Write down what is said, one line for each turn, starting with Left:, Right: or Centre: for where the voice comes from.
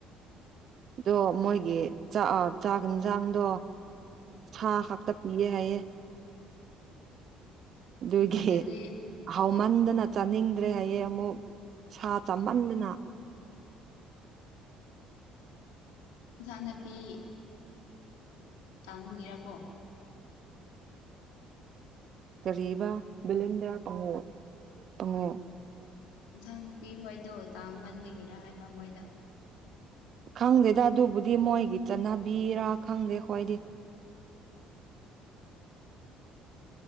Right: ꯑꯣꯗꯣ ꯃꯣꯏꯒꯤ ꯆꯥꯛ ꯆꯥꯛ ꯌꯦꯟꯖꯥꯡꯗꯣ
Left: ꯎꯝ
Right: ꯍꯥ ꯍꯥ ꯇꯄꯤꯌꯦ ꯍꯥꯏ
Left: ꯎꯝ
Right: ꯗꯨꯒꯤ
Left: ꯃꯣꯏꯗꯗꯤ
Right: ꯑꯍꯥꯑꯣ ꯆꯃꯟꯗꯅ ꯆꯥꯅꯤꯡꯗ꯭ꯔꯦ ꯍꯌꯦꯡ ꯑꯃꯨꯛ ꯁꯥ ꯆꯥꯃꯟꯗꯅ
Left: ꯏꯟꯁꯥꯡ ꯅꯥꯄꯤ ꯇꯥꯡꯕꯒꯤꯔꯀꯣ
Right: ꯀꯔꯤꯕꯥ ꯕꯤꯗ ꯄꯉ ꯄꯉꯣ
Left: ꯁꯍꯟꯨꯄꯤ ꯍꯣꯏꯗꯣ ꯇꯥꯡ ꯃꯟꯕꯒꯤꯔ ꯍꯥꯏꯕ ꯃꯣꯏꯗ
Right: ꯈꯪꯗꯦꯗ ꯑꯗꯨꯕꯨꯗꯤ ꯃꯣꯏꯒꯤ ꯆꯠꯅꯕꯤꯔ ꯈꯪꯗꯦ ꯈ꯭ꯋꯥꯏꯗꯤ
Left: ꯎꯝ ꯎꯝ ꯎꯝ